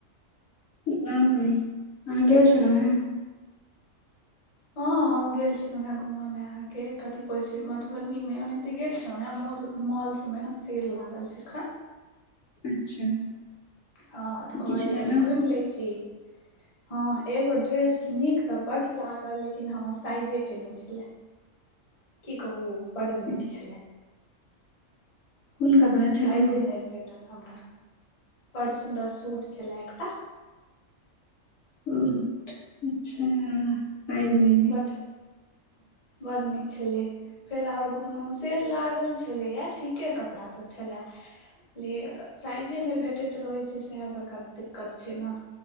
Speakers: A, on the left; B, on the left.
A: नैय अहाँ गेल छलौव हाॅं।
B: हऽ हम गेल छलों। हें घूम ला अहाॅं के कथि कहैय छैं। मधुबनी में ओनाहिते गेल छलोव हाॅं मोल। मॉल सब मे ने सेल लागल छैय एखन।
A: अच्छा।
B: हँ तऽ कहलियै।
A: किछु लेलहुँ
B: कनि घुमि लैं छी। हँ एगो ड्रेस नीक तऽ बड लागल। लेकिन हमरा साइजे के नेय छला। की कहु बड नीक
A: ठीक।
B: छला।
A: <unintelligible>
B: साइजे
A: ओ
B: नहि भेटल हमरा बड़ सुन्दर सूट छला एकटा।
A: <unintelligible> साइज नैया।
B: बड बड़ नीक छलैं। फेर आओर घुमलहुँ। से लागल छलैया। ठीके कपड़ासभ छला। ले साइजे नहि भेटैत रहैत छैं। साहा बड़का दिक्कत छैं ना।